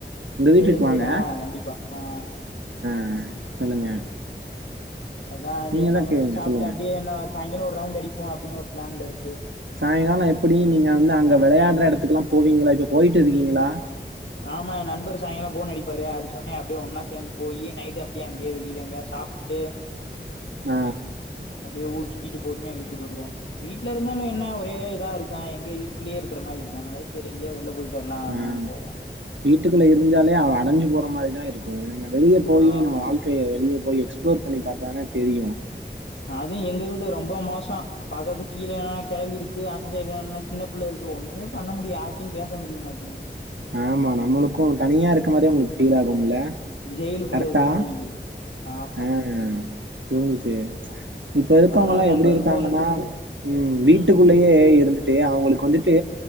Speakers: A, on the right (about 85°); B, on the left (about 75°).
A: எங்க
B: சேரி
A: வீட்டுக்கு
B: சேரி
A: வாங்க.
B: ஆ கண்டிப்பா ஆ
A: ஆ சொல்லுங்க
B: அதா
A: நீங்க
B: ஜேன் நா
A: தான்
B: முடிங்சு
A: கேளுங்க
B: சாப்புட்டு
A: சொல்லுங்க.
B: அப்படியேனா சாயங்காலோ ஒரு ரவுண்ட் அடிப்போ அப்டின்னு ஒரு பிளான்ல இஸ்சு
A: சாயங்காலோ எப்டியு நீங்க வந்து அங்க விளையாடுற எடத்துக்குலா போவீங்களா இப்ப போயிட்டு இருக்கீங்களா
B: ஆமா நண்பர் சாயங்காலோ ஃபோன்னு அடிப்பாரு அடிச்சோனா அப்டியே ஒன்னா சேர்ந்து போய் நைட்டு் அப்டியே அங்கேயே வெளியில எங்கயாது சாப்ட்டுட்டு
A: அ
B: அப்படியே ஊர் சுத்திட்டு பொருமையா வீட்டுக்கு வருவோ வீட்ல இருந்தாலு என்ன ஒரே இதா இருக் இரு எங்க வீட்டுக்குள்ளயே இருற மாரி இருக்கு அதனால சேரி எங்கயா வெளில போயிட்டு வரலா அப்டின்னு
A: ஆ
B: போவோ
A: வீட்டுக்குள்ள இருஞ்சாலே அடைஞ்சு போற மாரி தா இருக்கு இனிமே வெளிய போய்
B: ஆமா
A: நம்ம வாழ்க்கைய வெளிய போய் எக்ஸ்ப்ளோர் பண்ணி பாத்தாதான தெரியு
B: அது எங்க வீடு ரொம்ப மோசோ பாக்கத்து கீழ என்னன்னா கெழவி இருக்கு அந்த சைடுல என்னன்னா சின்ன பிள்ளை இருக்கு ஒண்ணுமே பண்ண முடிய யாரிட்டயையு பேச முடிய மாட்டேங்குது
A: ஆமா நம்மளுக்கு தனியா இருக்க மாரி உங்களுக்கு ஃபீல் ஆகும்ல
B: ஜெயிலுக்குள்ள
A: கரெட்டா
B: இருக்கற மாரி நிக்குது ஆமா
A: ஆ புரி்சிஞ்ச்சு இப்ப இருக்கவங்கல்லா
B: அதனால நண்பருக்கு
A: எப்டி இருக்காங்கன்னா
B: ஃபோன் அடிச்சு
A: உ வீட்டுக்குள்ளயே
B: ம் ம்
A: இருந்துட்டு அவங்களுக்கு வந்துட்டு